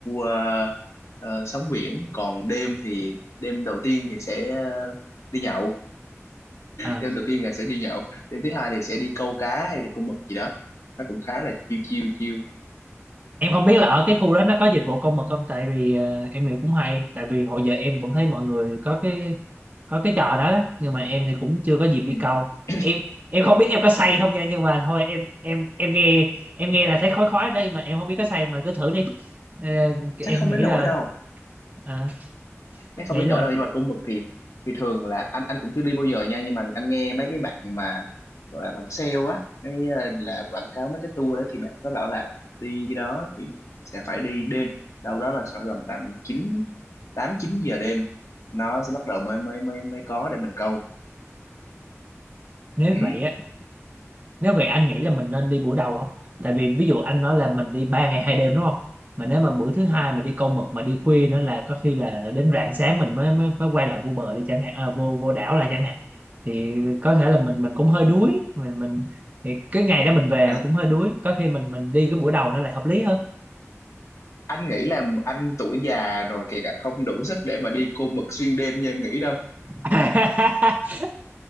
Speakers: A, on the left (about 80°); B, on the right (about 30°).
A: ờ, ờ, sóng biển còn đêm thì đêm đầu tiên thì sẽ ờ, đi nhậu
B: À,
A: đêm đầu tiên là sẽ đi nhậu đêm thứ hai thì sẽ đi câu cá hay là câu mực gì đó nó cũng khá là chiêu chiêu chiêu
B: em không biết là ở cái khu đó nó có dịch vụ công mực không tại vì ờ, em nghĩ cũng hay tại vì hồi giờ em cũng thấy mọi người có cái có cái trò đó nhưng mà em thì cũng chưa có dịp đi
A: ừ.
B: câu
A: <clears throat>
B: em em không biết em có say không nha nhưng mà thôi em em em nghe em nghe là thấy khói khói đây mà em không biết có say mà cứ thử đi Ờ,
A: chắc
B: em
A: không
B: nghĩ
A: đến nổi
B: là
A: đâu
B: à,
A: chắc không
B: nghĩ
A: đến
B: là
A: nỗi đâu nhưng mà cung mực thì thì thường là anh anh cũng chưa đi bao giờ nha nhưng mà anh nghe mấy cái bạn mà gọi là bạn sale á cái ờ, là quảng cáo mấy cái tour đó thì bạn có bảo là đi cái đó thì sẽ phải đi đêm đâu đó là khoảng tầm tầm chín tám chín giờ đêm nó sẽ bắt đầu mới mới mới mới có để mình câu
B: nếu
A: ừ.
B: vậy á nếu vậy anh nghĩ là mình nên đi buổi đầu không tại vì ví dụ anh nói là mình đi ba ngày hai đêm đúng không mà nếu mà buổi thứ hai mình đi câu mực mà đi khuya nữa là có khi là đến rạng sáng mình mới mới, mới quay lại vô bờ đi chẳng hạn à, vô vô đảo lại chẳng hạn thì có
A: Ừ.
B: thể là mình mình cũng hơi đuối mình mình thì cái ngày đó mình về
A: à,
B: cũng hơi đuối có khi mình mình đi cái buổi đầu nó lại hợp lý hơn
A: anh nghĩ là anh tuổi già rồi kể cả không đủ sức để mà đi cô mực xuyên đêm như em nghĩ đâu
B: <laughs>